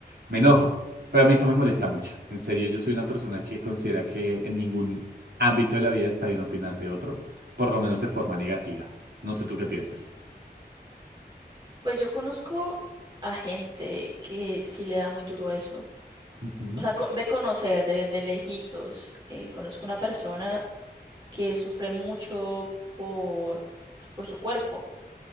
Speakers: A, on the right (about 70°); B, on the right (about 25°).
A: me enojo. Pero a mí eso me molesta mucho. En serio, yo soy una persona que considera que en ningún ámbito de la vida está bien opinar de otro, por lo menos de forma negativa. No sé tú qué piensas.
B: Pues yo conozco a gente que sí le da muy duro eso.
A: Ujú.
B: O sea, co- de conocer, de, de lejitos. Eh, conozco una persona que sufre mucho por, por su cuerpo.